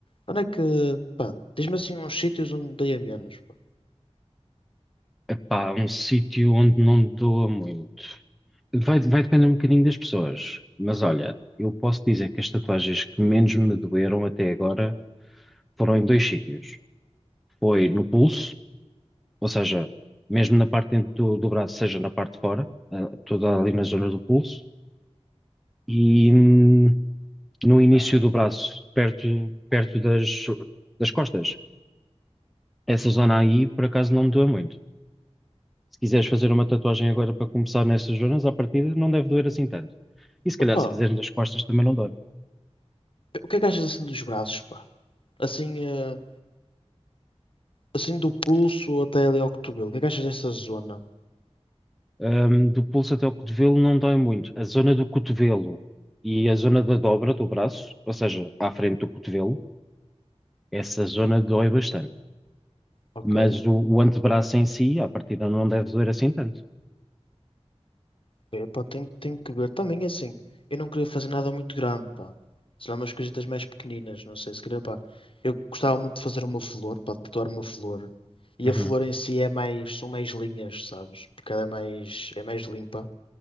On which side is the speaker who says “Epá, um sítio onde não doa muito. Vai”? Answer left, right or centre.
Centre